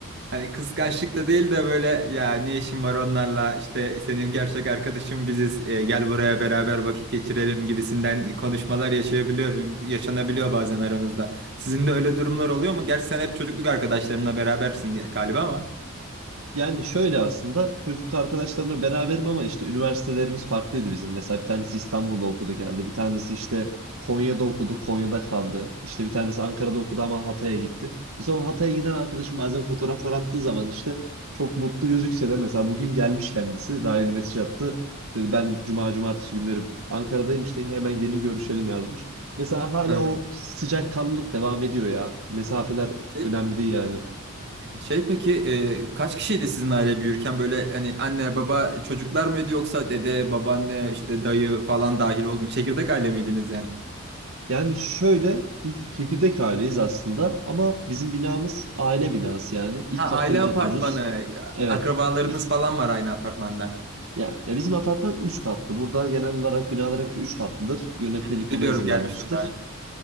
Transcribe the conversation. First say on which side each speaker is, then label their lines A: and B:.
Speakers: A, on the right; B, on the right.
A: hani kıskançlık da değil de böyle ya ne işin var onlarla işte senin gerçek arkadaşın biziz e, gel buraya beraber vakit geçirelim gibisinden konuşmalar yaşayabiliyorum yaşanabiliyor bazen aramızda. Sizin de öyle durumlar oluyor mu? Gerçi sen hep çocukluk arkadaşlarınla berabersin diye- galiba ama.
B: Yani şöyle aslında çocuk arkadaşlarımla beraberim ama işte üniversitelerimiz farklıydı bizim. Mesela bir tanesi İstanbul'da okudu geldi. Bir tanesi işte Konya'da okudu, Konya'da kaldı. İşte bir tanesi Ankara'da okudu ama Hatay'a gitti. Mesela o Hatay'a giden arkadaşım bazen fotoğraflar attığı zaman işte çok mutlu gözükse de mesela bugün gelmiş kendisi daha yeni mesaj attı. Dedi ben cuma cumartesi günleri Ankara'dayım işte hemen gelin görüşelim yazmış. Mesela hala
A: Hı.
B: o sıcakkanlılık devam ediyor ya. Mesafeler
A: Şey
B: önemli değil yani.
A: Şey peki e, kaç kişiydi sizin aile büyürken böyle hani anne baba çocuklar mıydı yoksa dede babaanne işte dayı falan dahil oldu mu? Çekirdek aile miydiniz yani?
B: Yani şöyle biz çekirdek aileyiz aslında ama bizim binamız aile binası yani. İlk
A: Ha
B: katta
A: aile
B: biz
A: apartmanı
B: otururuz. Evet.
A: akrabalarınız
B: İlk,
A: falan var aynı apartmanda.
B: ya, ya bizim apartman 3 katlı. Burada genel olarak binalar hep 3 katlıdır. Yönetmelik
A: Hı hı, Biliyorum
B: ona izin
A: gelmiştim
B: vermiştir.
A: daha